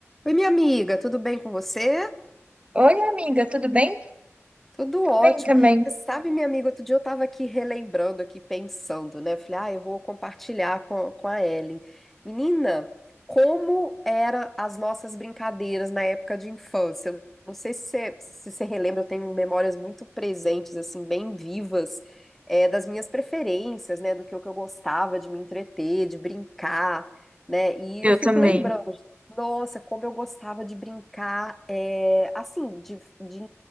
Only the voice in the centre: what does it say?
Oi, minha amiga, tudo bem com você?
Tudo
ótimo.
Você sabe, minha amiga, outro dia eu estava aqui relembrando, aqui pensando, né? Eu Falei, ah, eu vou compartilhar com, com a Ellen. Menina, como eram as nossas brincadeiras na época de infância? Eu Não sei se você, se você relembra, eu tenho memórias muito presentes, assim, bem vivas, é, das minhas preferências, né? Do que, eu- que eu gostava de me entreter, de brincar, né? E
eu fico
lembrando, nossa, como eu gostava de brincar, é, assim, de, de